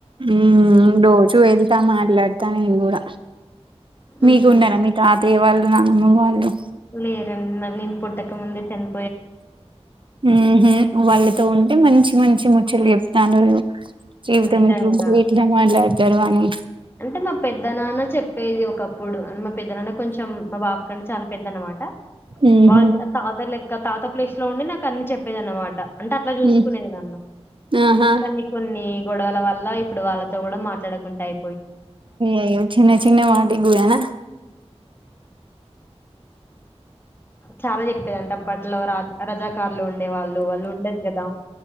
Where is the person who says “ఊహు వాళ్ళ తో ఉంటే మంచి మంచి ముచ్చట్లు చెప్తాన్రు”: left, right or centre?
Right